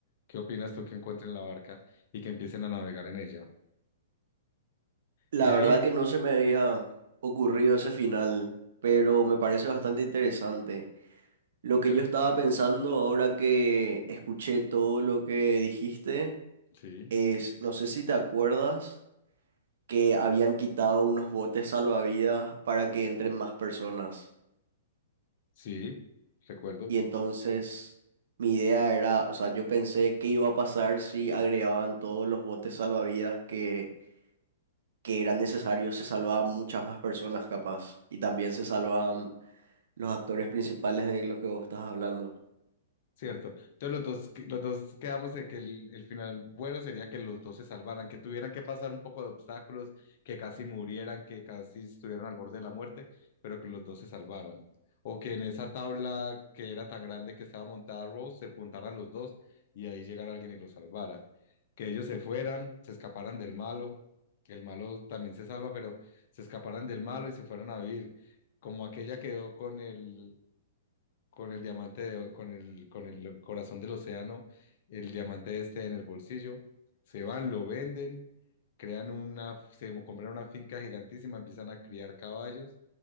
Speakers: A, on the left (about 50°); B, on the right (about 55°).
A: ¿Qué opinas tú que encuentren la barca y que empiecen a navegar en ella?
B: La
A: De ahí,
B: verdad que no se me había ocurrido ese final, pero me parece bastante interesante. Lo que
A: se
B: yo
A: re-
B: estaba pensando ahora que escuché todo lo que dijiste
A: sí,
B: es, no sé si te acuerdas que habían quitado unos botes salvavidas para que entren más personas.
A: sí, recuerdo.
B: Y entonces mi idea era, o sea, yo pensé qué iba a pasar si agregaban todos los botes salvavidas que, que eran necesarios, se salvaban muchas más personas capaz. Y también se salvaban los actores principales de los que vos estás hablando.
A: Cierto. Entonces los dos, los dos quedamos en que el, el final bueno sería que los dos se salvaran, que tuvieran que pasar un poco de obstáculos, que casi murieran, que casi estuvieran al borde de la muerte, pero que los dos se salvaran. O que en esa tabla que era tan grande que estaba montada Rose, se puntaran los dos y ahí llegara alguien y los salvara. Que ellos se fueran, se escaparan del malo, que el malo también se salva, pero se escaparan del malo y se fueran a vivir. Como aquella quedó con el, con el diamante de- con el, con el corazón del océano, el diamante este en el bolsillo, se van, lo venden, crean una, se mo- compran una finca gigantísima, empiezan a criar caballos